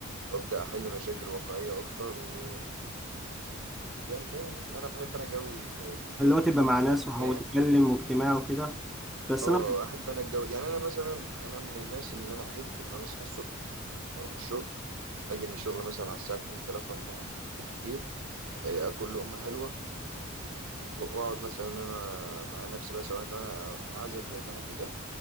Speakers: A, on the right; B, in the centre.
A: وابدا احل مشاكل واقعية اكتر و يعني فاهمني انا بحب انا جو ال- ال-
B: اللي هو تبقى مع ناس
A: الاجتماع
B: وه- وتتكلم واجتماع وكده بس
A: اه
B: انا
A: احب انا الجو يعني انا مثلا انا من الناس اللي انا احب ان انا اصحى الصبح اروح الشغل اجي من الشغل مثلا على الساعة 2 3 4 بالكتير إيه، اكل لقمه حلوه و- واقعد مثلا إن انا مع نفسي بقى سواء لو انا اعزب زي ما انا كده